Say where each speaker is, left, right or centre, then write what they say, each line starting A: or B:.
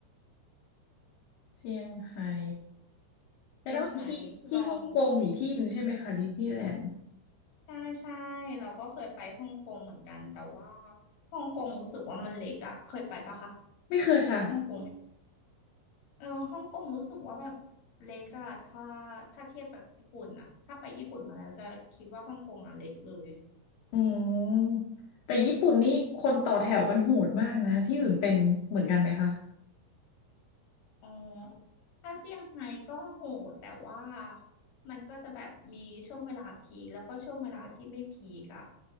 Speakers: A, on the left (about 80°); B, on the left (about 60°).
A: เซี่ยงไฮ้แต่แล้วมันมีที่ที่ฮ่องกงอีกที่หนึ่งใช่ไหมคะดิสนีย์แลนด์
B: เซี่ยงไฮ้ลองใช่ใช่เราก็เคยไปฮ่องกงเหมือนกันแต่ว่าฮ่องกงรู้สึกว่ามันเล็กอะเคยไปปะคะ
A: ไม่เคยค่ะ
B: ฮ่องกงเออฮ่องกงรู้สึกว่าแบบเล็กอะถ้าถ้าเทียบกับญี่ปุ่นอะถ้าไปญี่ปุ่นมาแล้วจะคิดว่าฮ่องกงอะเล็กเลย
A: อืมแต่ญี่ปุ่นนี่คนต่อแถวกันโหดมากนะที่อื่นเป็นเหมือนกันไหมคะ
B: อ๋อ ถ้าเซี่ยงไฮ้ก็โหดแต่ว่ามันก็จะแบบมีช่วงเวลาพีคแล้วก็ช่วงเวลาที่ไม่พีกอะ